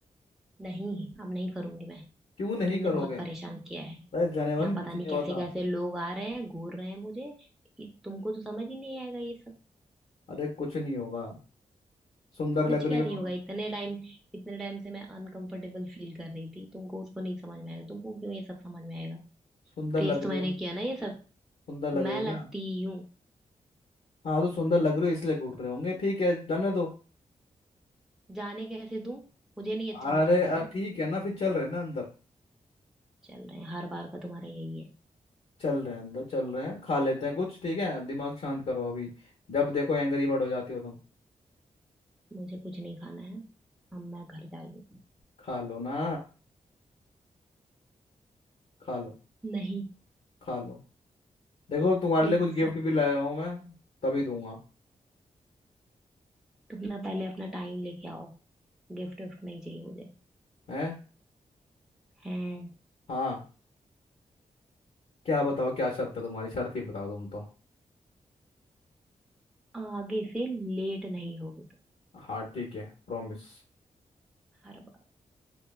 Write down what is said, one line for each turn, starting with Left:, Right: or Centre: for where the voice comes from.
Centre: नहीं अब नहीं करूंगी मैं
Left: क्यों नहीं
Centre: तुमने
Left: करोगे
Centre: बहुत परेशान किया है
Left: अरे जानेमन
Centre: यहाँ पता
Left: कुछ
Centre: नहीं
Left: नहीं
Centre: कैसे
Left: होता
Centre: कैसे लोग आ रहे हैं घूर रहे हैं मुझे इ- तुमको तो समझ ही नहीं आएगा ये सब
Left: अरे कुछ नहीं होगा सुंदर
Centre: कुछ
Left: लग
Centre: क्या
Left: रही
Centre: नहीं
Left: हो
Centre: होगा इतने टाइम इतने टाइम से मैं अनकंफर्टेबल फील कर रही थी तुमको उसको नहीं समझ में आएगा तुमको क्यों ये सब समझ में आएगा
Left: सुंदर
Centre: फेस
Left: लग
Centre: तो मैंने
Left: रही हो
Centre: किया ना ये सब
Left: सुंदर लग रही
Centre: मैं
Left: हो
Centre: लगती
Left: ना
Centre: हूँ
Left: हाँ तो सुंदर लग रहे हो इसलिए घूर रहे होंगे ठीक है जाने दो
Centre: जाने कैसे दूं मुझे नहीं अच्छा
Left: अरे
Centre: लग रहा था
Left: अ,
Centre: ना
Left: ठीक है ना फिर चल रहे हैं ना अंदर
Centre: चल रहे हैं हर बार का तुम्हारा यही है
Left: चल रहे हैं अंदर चल रहे हैं खा लेते हैं कुछ ठीक है दिमाग शांत करो अभी जब देखो एंग्री बर्ड हो जाती हो तुम
Centre: मुझे कुछ नहीं खाना है हम मैं घर जा रही हूँ
Left: खा लो ना खा लो
Centre: नहीं
Left: खा लो देखो तुम्हारे
Centre: एक
Left: लिए कुछ गिफ्ट
Centre: शर्त
Left: भी लाया
Centre: पे
Left: हूँ मैं तभी दूंगा
Centre: तुम ना पहले अपना टाइम लेके आओ गिफ्ट विफ्ट नहीं चाहिए मुझे
Left: है
Centre: हैं
Left: हाँ क्या बताओ क्या शर्त है तुम्हारी शर्त ही बताओ तुम तो
Centre: आगे से लेट नहीं होगी तुम
Left: हाँ ठीक है प्रॉमिस
Centre: हर बार